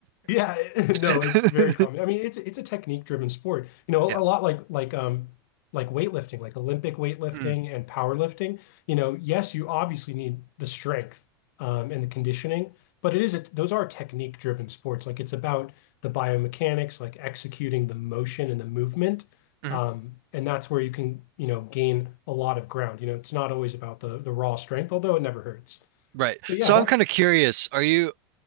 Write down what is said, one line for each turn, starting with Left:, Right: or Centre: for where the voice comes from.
Left: Yeah, <laughs>
Right: <laughs>
Left: no, it's very common. I mean, it's it's a technique driven sport. You know, a
Right: Yeah.
Left: lot like like um like weightlifting, like Olympic weightlifting
Right: Mm,
Left: and powerlifting. You know, yes, you obviously need the strength um, and the conditioning, but it is a, those are technique driven sports. Like it's about the biomechanics, like executing the motion and the movement.
Right: mhm.
Left: Um, and that's where you can, you know, gain a lot of ground. You know, it's not always about the the raw strength, although it never hurts.
Right: Right.
Left: So yeah,
Right: So
Left: that's
Right: I'm kind of curious, are you